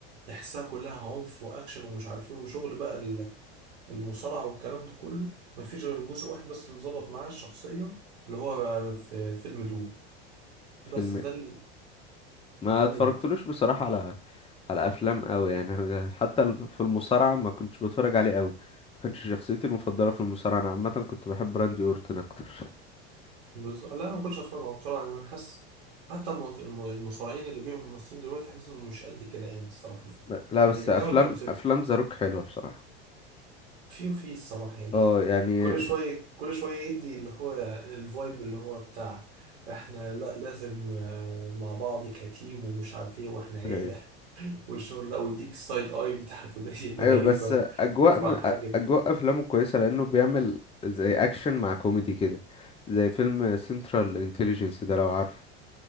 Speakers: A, on the right; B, on the left.
A: تحسها كلها عنف واكشن ومش عارف ايه وشغل بقى المصارعة والكلام ده كله مفيش غير جزء واحد بس اللي ظبط معاه الشخصية اللي هو في فيلم دوم بس
B: فيلم
A: ده ال-
B: ما
A: دوم
B: اتفرجتلوش بصراحة على على افلام قوي يعني انا حتى الم- في المصارعة ما كنتش بتفرج عليه قوي ما كانش شخصيتي المفضلة في المصارعة انا عامة كنت بحب راندي اورتون اكتر
A: بس لا أنا ما كنتش هتفرج على مصارعة لأن أنا حاسس حتى المص- الم- المصارعين اللي بيهم ممثلين دلوقتي حاسسهم مش قد كده يعني الصراحة
B: <laughs> ب- لا
A: يعني
B: بس
A: ارجعوا
B: افلام
A: لتمثيلكم
B: افلام زاروك حلوة بصراحة
A: في وفي الصراحة يعني
B: اه يعني
A: <laughs> كل
B: <laughs>
A: شوية كل شوية يدي اللي هو الفايب اللي هو بتاع احنا لا لازم آه، مع بعض كتيم ومش عارف ايه واحنا عيلة
B: إيه.
A: والشغل ده ويديك السايد اي بتاعته دي <laughs> الغريبة
B: ايوه بس اجواء
A: يرفع
B: م...
A: الحاجب
B: أ- اجواء افلامه كويسة لانه بيعمل زي اكشن مع كوميدي كده زي فيلم سنترال انتليجنس ده لو عارفه